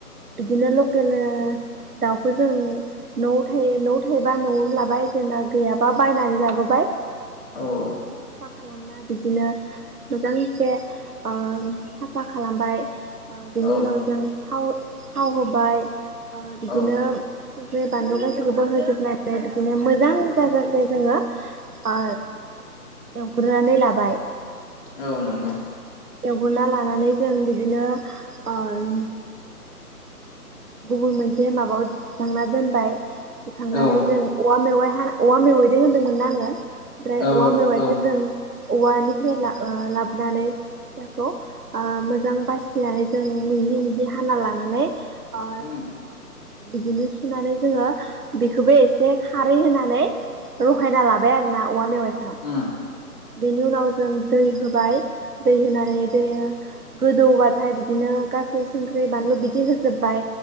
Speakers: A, on the right (about 70°); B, on the left (about 35°).
A: बिदिनो लकेल ओ दाउखौ जों न'आव थायो न'आव थायोबा न'आवनो लाबाय जेनेबा गैयाबा बायनानै लाबोबाय
B: औ
A: साफा खालामना बिदिनो मोजांसे ओ साफा खालामबाय ओ बिनि
B: औ
A: उनाव जों थाव थाव होबाय बिदिनो
B: औ
A: सुंख्रि बानलु गासैखौबो होजोबनानै बिदिनो मोजां जाजासे जोङो। ओ एवग्रोनानै लाबाय
B: औ नंगौ।
A: उनना लानानै जों बिदिनो उम गुबुन मोनसे माबायाव दिखांना दोनबाय दिखांनानै
B: औ
A: जों औवा मेवाय औवा मेवाइदों होन्दोंमोनना आङो ओमफ्राय
B: औ
A: औवा मेवाइखो
B: औ
A: जों औवानिफ्राय ला ओ लाबोनानै फिसाखौ ओ मोजां बासिनानै जों मिहि मिहि हाना लानानै ओ
B: उम
A: बिदिनो सुनानै जोङो बेखौबो एसे खारै होनानै रहायना लाबाय आरोना औवा मेवाइ खो
B: उम
A: बेनि उनाव जों दै होबाय दै होनानै दै गोदौबाथाय बिदिनो ओ गासै संख्रि बानलु बिदि होजोबबाय